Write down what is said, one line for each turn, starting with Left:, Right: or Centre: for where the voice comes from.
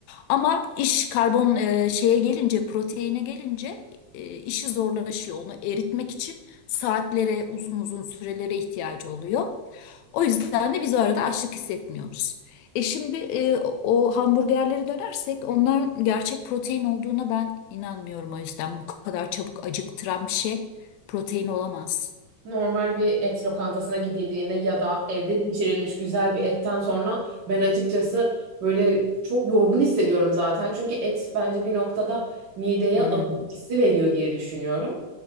Left: Ama iş karbon e, şeye gelince, proteine gelince e, işi zorlaşıyor. Onu eritmek için saatlere, uzun uzun sürelere ihtiyacı oluyor. O yüzden de biz o arada açlık hissetmiyoruz. E şimdi e, o o hamburgerlere dönersek onların gerçek protein olduğuna ben inanmıyorum o yüzden. Bu kadar çabuk acıktıran bir şey protein olamaz.
Right: Normal bir et lokantasına gidildiğinde ya da evde pişirilmiş güzel bir etten sonra ben açıkçası böyle çok yorgun hissediyorum zaten. Çünkü et bence bir noktada mideye
Left: Hmm,
Right: ağırlık hissi veriyor diye düşünüyorum.